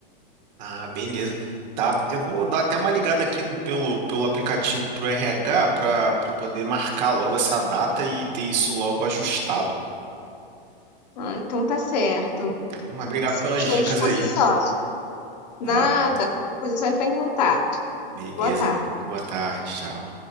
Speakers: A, on the right; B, on the left.
A: Ah, beleza. Tá, eu vou dar até uma ligada aqui no- pelo, pelo aplicativo pro RH para para poder marcar logo essa data e ter isso logo ajustado.
B: Ah, então tá certo.
A: Tá bom, mas obrigado pelas
B: Estou
A: dicas
B: à disposição.
A: aí.
B: Nada,
A: Tá bom.
B: qualquer coisa é só entrar em contato.
A: Beleza.
B: Boa tarde.
A: br- Boa tarde, tchau.